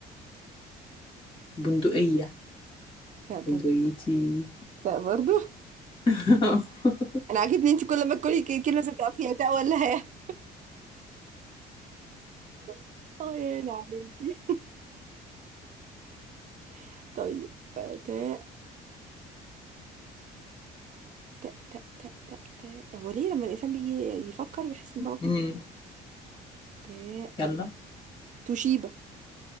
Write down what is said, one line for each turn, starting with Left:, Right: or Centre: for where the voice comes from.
Left: بندقية
Right: تاء برضه
Left: بندقيتي
Right: تاء برضه
Left: <laughs>
Right: انا عاجبني انت كل ما تقولي ك- كلمه ستبقى فيها تاء ولا هاء <laughs> اه يعني عليكي <laughs> طيب تاء تاء تاء تاء تاء تاء هو ليه لما الانسان بيجي يفكر يحس ان دماغه بتتقفل
Left: مم.
Right: تاء
Left: يلا
Right: توشيبا